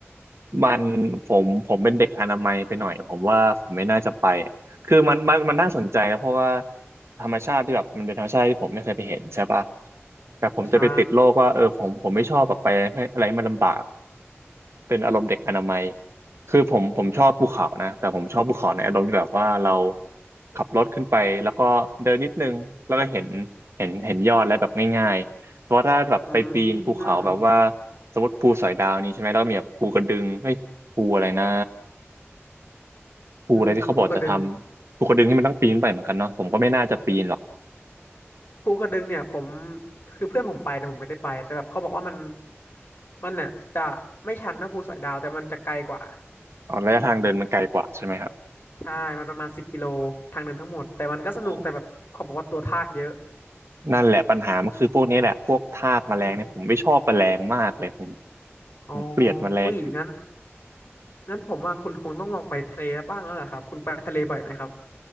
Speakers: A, on the right; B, on the left.
A: มันผมผมเป็นเด็กอนามัยไปหน่อยผมว่าผมไม่น่าจะไปอะคือมันมันมันน่าสนใจนะเพราะว่าธรรมชาติที่แบบมันเป็นธรรมชาติที่ผมไม่เคยไปเห็นใช่ปะแต่ผมจะไปติดโรคว่าเออผมผมไม่ชอบแบบไปให้อะไรให้มันลำบาก
B: ใช่
A: เป็นอารมณ์เด็กอนามัยคือผมผมชอบภูเขานะแต่ผมชอบภูเขาในอารมณ์ที่แบบว่าเราขับรถขึ้นไปแล้วก็เดินนิดนึงแล้วก็เห็นเห็นเห็นยอดแล้วแบบง่ายๆเพราะว่าถ้าแบบไปปีนภูเขาแบบว่า
B: อืม
A: สมมติภูสอยดาวนี้ใช่ไหมแล้วก็มีแบบภูกระดึงเอ้ยภูอะไรนะภูอะไรที่เขาบอกจะทำภูกระดึงที่มันต้องปีนไปเหมือนกันเนาะผมก็ไม่น่าจะปีนหรอก
B: อืมภูกระดึง ภูกระดึงเนี่ยผมคือเพื่อนผมไปแต่ผมไม่ได้ไปแต่แบบเขาบอกว่ามันมันเนี่ยจะไม่ชันนะภูสอยดาวแต่มันจะไกลกว่า
A: อ๋อระยะทางเดินมันไกลกว่าใช่ไหมครับ
B: ใช่มันประมาณสิบกิโลทางเดินทั้งหมดแต่มันก็สนุกแต่แบบเขาบอกว่าตัวทากเยอะ
A: โอ้โหนั่นแหละปัญหามันคือพวกนี้แหละพวกทากแมลงเนี่ยผมไม่ชอบแมลงมากเลยผม
B: <laughs> อ๋อ
A: ผมเกลียดแมลง
B: อุ้ยงั้นงั้นผมว่าคุณคงต้องลองไปทะเลบ้างแล้วล่ะครับคุณไปทะเลบ่อยไหมครับ